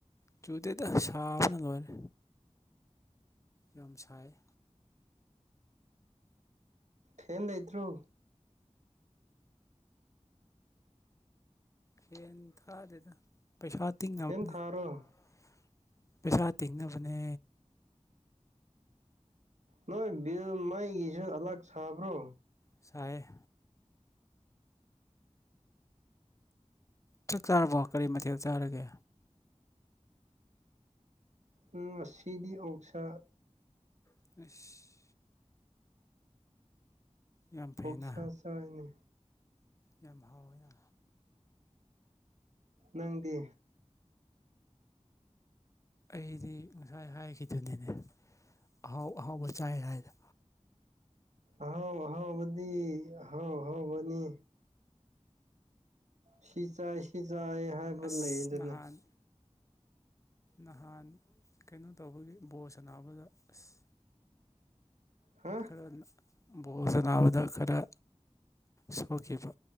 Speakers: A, on the left (about 25°); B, on the right (about 85°).
A: ꯆꯨꯗꯦꯗ ꯁꯥꯕꯅ ꯂꯣꯏꯔꯦ ꯌꯥꯝ ꯁꯥꯏꯌꯦ
B: ꯐꯦꯟ ꯂꯩꯇ꯭ꯔꯣ
A: ꯐꯦꯟ ꯊꯥꯗꯦꯗ ꯄꯩꯁꯥ ꯇꯤꯡꯅꯕꯅꯤ
B: ꯐꯦꯟ ꯊꯥꯔꯣ
A: <unintelligible> ꯄꯩꯁꯥ ꯇꯤꯡꯅꯕꯅꯦ꯫
B: ꯅꯣꯏ ꯕꯤꯜ ꯃꯩꯒꯤꯁꯨ ꯑꯥꯂꯛ ꯁꯥꯕ꯭ꯔꯣ
A: ꯁꯥꯌꯦ ꯆꯥꯛ ꯆꯥꯔꯕꯣ ꯀꯔꯤ ꯃꯊꯦꯜ ꯆꯥꯔꯒꯦ
B: ꯎꯝ ꯉꯁꯤꯗꯤ ꯑꯣꯛꯁꯥ꯫
A: ꯏꯁ <unintelligible> ꯌꯥꯝ ꯐꯩꯅ
B: ꯑꯣꯛꯁꯥ ꯆꯥꯏꯅꯦ꯫
A: ꯌꯥꯝ ꯍꯥꯎꯋꯦꯅ
B: ꯅꯪꯗꯤ
A: ꯑꯩꯗꯤ ꯉꯁꯥꯏ ꯍꯥꯏꯈꯤꯗꯨꯅꯤꯅꯦ ꯑꯍꯥꯎ ꯑꯍꯥꯎꯕ ꯆꯥꯏ ꯍꯥꯏꯅ꯫
B: ꯑꯍꯥꯎ ꯑꯍꯥꯎꯕꯗꯤ ꯑꯍꯥꯎ ꯑꯍꯥꯎꯕꯅꯤ꯫ ꯁꯤ ꯆꯥꯏ ꯁꯤ ꯆꯥꯏ ꯍꯥꯏꯕ
A: ꯑꯁ
B: ꯂꯩꯌꯦꯗꯅ
A: ꯅꯍꯥꯟ ꯅꯍꯥꯟ ꯀꯩꯅꯣ ꯇꯧꯕꯒꯤ ꯕꯣꯜ ꯁꯥꯟꯅꯥꯕꯗ ꯑꯁ
B: ꯍꯥ
A: ꯈꯔ ꯅ ꯕꯣꯜ ꯁꯟꯅꯥꯕꯗ ꯈꯔ ꯁꯣꯛꯈꯤꯕ